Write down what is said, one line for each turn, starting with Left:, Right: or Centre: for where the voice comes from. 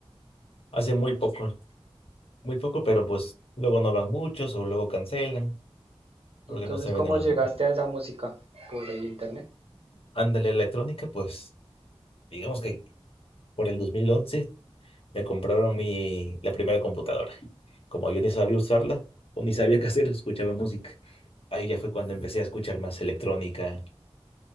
Left: Hacen muy poco, muy poco, pero pues luego no van muchos o luego cancelan
Right: Y
Left: porque
Right: entonces,
Left: no se
Right: ¿cómo
Left: venden los
Right: llegaste
Left: boletos.
Right: a esa música? ¿Por el internet?
Left: Ándale, electrónica, pues digamos que por el 2011 Me compraron mi, la primera computadora. Como yo ni sabía usarla o ni sabía qué hacer, escuchaba música. Ahí ya fue cuando empecé a escuchar más electrónica